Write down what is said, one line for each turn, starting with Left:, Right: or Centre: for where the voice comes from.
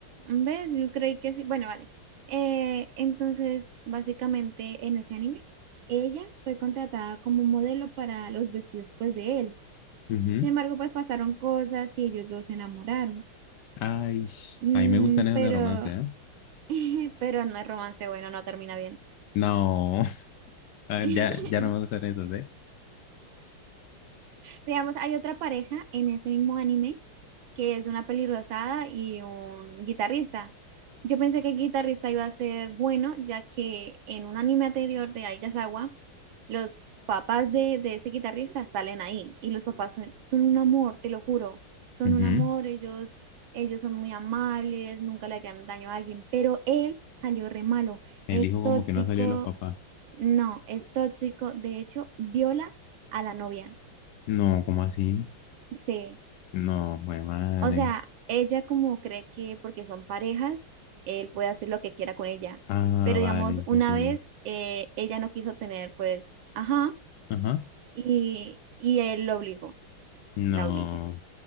Right: ¿ves? Yo creí que sí. Bueno, vale. Eh, entonces, básicamente en ese anime, ella fue contratada como modelo para los vestidos pues de él.
Left: Ujú.
Right: Sin embargo, pues pasaron cosas y ellos dos se enamoraron.
Left: Ay, sh-
Right: Mm,
Left: a mí me gustan esos
Right: pero,
Left: de romance, ¿eh?
Right: <laughs> pero no es romance, bueno, no termina bien.
Left: No, <laughs> ah,
Right: <laughs>
Left: ya, ya no me gustan esos, ¿eh?
Right: Digamos, hay otra pareja en ese mismo anime que es de una pelirrosada y un guitarrista. Yo pensé que el guitarrista iba a ser bueno, ya que en un anime anterior de Aiyazawa, los papás de, de ese guitarrista salen ahí y los papás son, son un amor, te lo juro, son
Left: Ujú,
Right: un
Left: ujú.
Right: amor, ellos, ellos son muy amables, nunca le harían daño a alguien, pero él salió re malo,
Left: El
Right: es
Left: hijo
Right: tóxico,
Left: como que no salió de los papás.
Right: no, es tóxico, de hecho, viola a la novia,
Left: No, ¿cómo así?
Right: sí.
Left: No, jue madre.
Right: O sea, ella como cree que porque son parejas, él puede hacer lo que quiera con ella.
Left: Ah,
Right: Pero
Left: vale,
Right: digamos, una
Left: ya entendí.
Right: vez eh, ella no quiso tener, pues, ajá,
Left: Ajá.
Right: y, y él lo obligó,
Left: No,
Right: la obligó